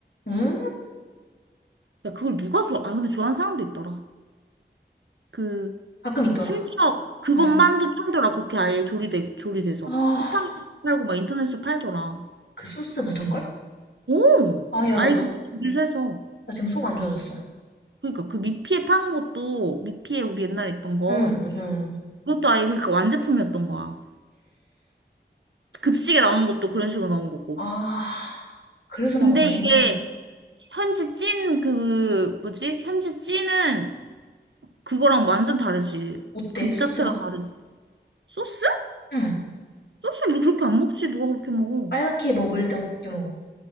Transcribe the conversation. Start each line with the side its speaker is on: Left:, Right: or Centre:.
Left: 음,
Right: 야, 그걸 누가 좋아? 아, 근데 좋아하는 사람도 있더라. 그,
Left: 가끔 있더라.
Right: 심지어 그것만도
Left: 응.
Right: 팔더라. 그렇게 아예 조리돼, 조리돼서.
Left: 아,
Right: 쿠팡에서 팔고 막 인터넷에서 팔더라.
Left: 그 소스 묻은 걸?
Right: 오!
Left: 아, 야,
Right: 아예
Left: 나, 너,
Right: 그렇게 조리를 해서.
Left: 나 지금 속 안 좋아졌어.
Right: 그러니까 그 미피에 파는 것도, 미피에 우리 옛날에 있던 거,
Left: 응, 응.
Right: 그것도 아예 그러니까 완제품이었던 거야. 급식에 나오는 것도 그런 식으로 나온 거고.
Left: 아, 그래서
Right: 근데
Left: 맛없네.
Right: 이게 현지 찐 그 뭐지? 현지 찐은 그거랑 완전 다르지.
Left: 어때,
Right: 급
Left: 소스가?
Right: 자체가 다르지. 소스?
Left: 응.
Right: 소스를 그렇게 안 먹지. 누가 그렇게 먹어?
Left: 빨갛게 먹을 때 어떻게 먹어?